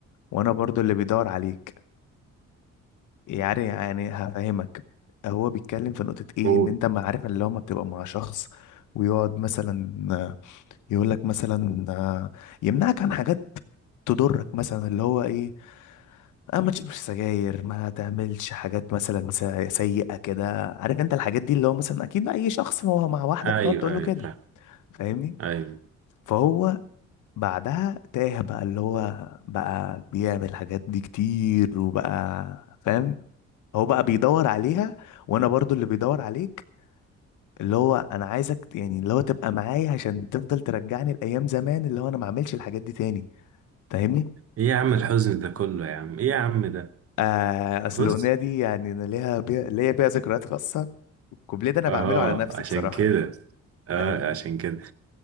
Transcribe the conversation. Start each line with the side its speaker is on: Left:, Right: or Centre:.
Left: وانا برضو اللي بيدور عليك يعني يعني هفهمك هو بيتكلم في نقطه ايه
Right: قول
Left: ان انت ما عارف اللي هو ما بتبقى مع شخص ويقعد مثلا يقول لك مثلا آه، يمنعك عن حاجات تضرك مثلا اللي هو ايه اه ما تشربش سجاير ما تعملش حاجات مثلا سا- سيئة كده عارف انت الحاجات دي اللي هو مثلا اكيد اي شخص ما هو مع واحدة
Right: ايوه
Left: بتقعد تقول له
Right: ايوه
Left: كده
Right: فاهم
Left: فاهمني
Right: ايوه
Left: فهو بعدها تاه بقى اللي هو بقى بيعمل الحاجات دي كتير وبقى فاهم هو بقى بيدور عليها وانا برضو اللي بيدور عليك اللي هو انا عايزك ت- يعني اللي هو تبقى معايا عشان تفضل ترجعني لايام زمان اللي هو انا ما اعملش الحاجات دي تاني فاهمني
Right: ايه يا عم الحزن ده كله يا عم ايه يا عم ده
Left: آه
Right: بص
Left: اصل الاغنيه دي يعني انا ليها بيها ليا بيها ذكريات خاصه الكوبليه ده انا
Right: اه
Left: بعمله على نفسي
Right: عشان
Left: بصراحه
Right: كده اه
Left: فاهم
Right: عشان كده